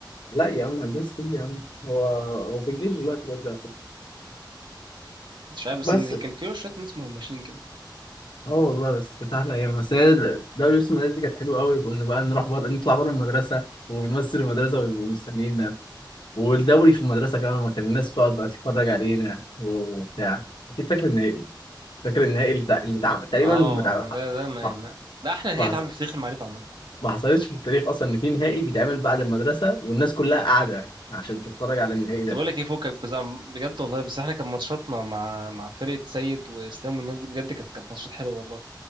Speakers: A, on the left (about 75°); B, on the right (about 75°).
A: لا يا عم هندسة ايه يا عم هو هو في الجيش دلوقتي بجد على فكرة
B: مش عارف بس
A: بس
B: ان كان فيه شويه ناس مهمشين كده
A: اه والله بس كانت احلى ايام بس هي دوري يوسف المدارس دي كانت حلوه قوي كنا بقى نروح بره نطلع بره المدرسه ونمثل المدرسه ويبقوا مستنيينا والدوري في المدرسه كمان ما كان الناس تقعد بقى تتفرج علينا وبتاع اكيد فاكر النهائي فاكر النهائي اللي, تع... اللي تع... تقريبا
B: اه
A: ما تع...
B: يعني ده ده ما,
A: ما
B: ما... ده احلى نهايه
A: ما
B: اتعمل
A: حص-
B: في تاريخ المعرفه عامه
A: ما حصلتش في التاريخ اصلا ان في نهائي بيتعمل بعد المدرسه والناس كلها قاعده عشان تتفرج على النهائي ده
B: طب بقول لك ايه فكك بس بجد والله بس احنا كان ماتشاتنا مع مع فرقه سيد واسلام والناس دي بجد كانت كانت ماتشات حلوه والله